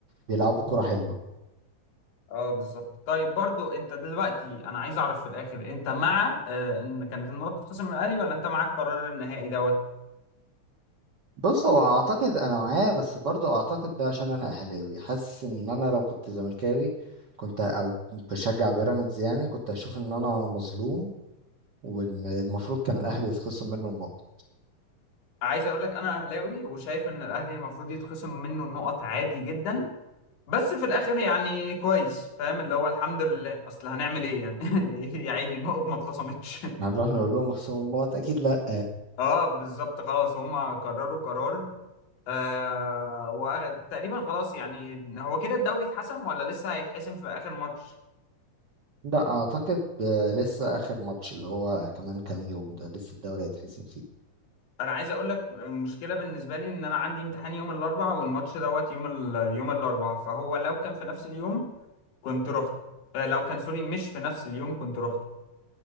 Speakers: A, on the right; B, on the left.
A: بيلعبوا كرة حلوة
B: اه بالظبط طيب برضو انت دلوقتي انا عايز اعرف في الاخر انت مع آه ان كانت النقط تتخصم من الاهلي ولا انت معاك قرار النهائي دوت
A: بص هو اعتقد انا معاه بس برضو اعتقد ده عشان انا اهلاوي حاسس ان انا لو كنت زملكاوي كنت او بشجع بيراميدز يعني كنت اشوف ان انا مظلوم وان المفروض كان الاهلي يتخصم منه النقط
B: عايز اقول لك انا اهلاوي وشايف ان الاهلي المفروض يتخصم منه النقط عادي جدا بس في الاخر يعني كويس فاهم اللي هو الحمد لله اصل هنعمل ايه يعني <laughs> يا عيني النقط ما اتخصمتش
A: هنروح نقول لهم اخصموا النقط اكيد لا
B: اه بالظبط خلاص هم قرروا قرار آه وتقريبا خلاص يعني هو كده الدوري اتحسم ولا لسه هيتحسم في اخر ماتش
A: لا اعتقد آه، لسه اخر ماتش اللي هو كمان كام يوم ده لسه الدوري هيتحسم فيه
B: انا عايز اقول لك المشكله بالنسبه لي ان انا عندي امتحان يوم الاربعاء والماتش دوت يوم ال... يوم الاربعاء فهو لو كان في نفس اليوم كنت رحت آه لو كان سوري مش في نفس اليوم كنت رحت